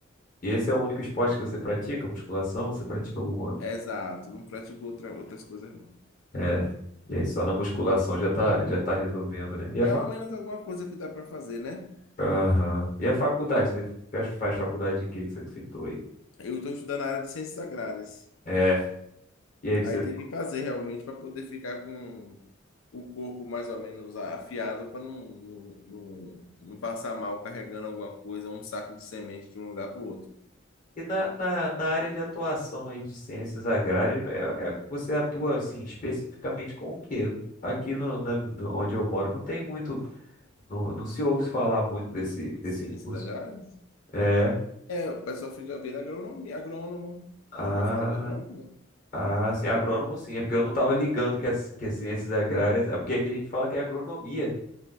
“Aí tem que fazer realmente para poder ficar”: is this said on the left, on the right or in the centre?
Left